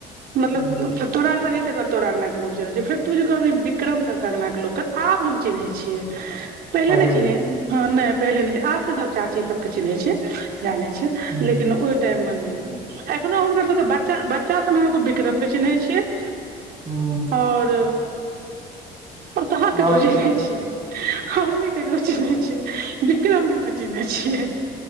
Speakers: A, on the right; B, on the right.
A: मतलब
B: ह
A: तोराङंगगना जेते घ तोराङंगगना के लो चले छै फेरूु कर विक्रम सबके अङंगगना के लग त आब हम चिन्है छियै पहिने
B: पहिले
A: नहि चिन्हे
B: मे
A: ह ना पहिले नहि छै आब तऽ सभ चाची सभके चिन्है छै जानै छै
B: ह
A: लेकिन ओहि टाइम मे नहि एखनो हुनकर सभके बच्चा बच्चा सभ हम एो विक्रम के चिन्है छियै
B: हूँ
A: और पत के
B: आओर
A: बुझेने
B: ह
A: छियै हम कुने छियै बिक्रम ने बुझेने छ छिये